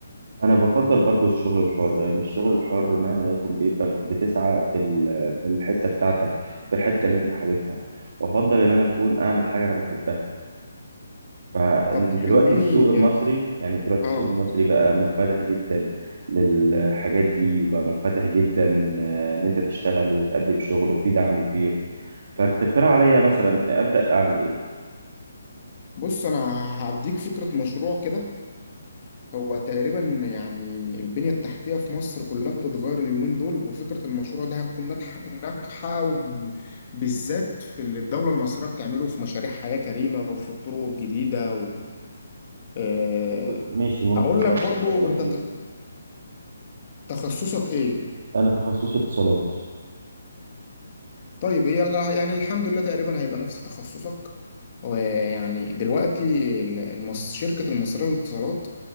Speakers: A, on the right; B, on the left.
A: انا بفضل برضو الشغل الحر لان الشغل الحر مهما يكون بيبقى بتسعى في ال- في الحته بتاعتك في الحته اللي انت حاببها وافضل ان انا اكون اعمل حاجه انا بحبها فدلوقتي
B: طب تخليني
A: السوق المصري يعني دلوقتي
B: اه
A: السوق المصري بقى منفتح جدا للحاجات دي وبقى منفتح جدا آه، ان انت تشتغل وتقدم شغل وفي دعم كبير فانت تقترح عليا مثلا ابدا اعمل ايه
B: بص انا هديك فكره مشروع كده هو تقريبا يعني البنيه التحتيه في مصر كلها بتتغير اليومين دول وفكره المشروع ده هتكون ناجحه ناجحه وب- بالذات في اللي الدوله المصريه بتعمله في مشاريع حياه كريمه وفي الطرق الجديده و... آه
A: ممكن- ماشي ممكن
B: هقول
A: برضه
B: لك برضو
A: أفكر
B: انت
A: فيه.
B: تخصصك ايه
A: انا تخصصي اتصالات
B: طيب هي الح- يعني الحمد لله تقريبا هيبقى نفس تخصصك ويعني دلوقتي ال- المص... شركة المصرية للاتصالات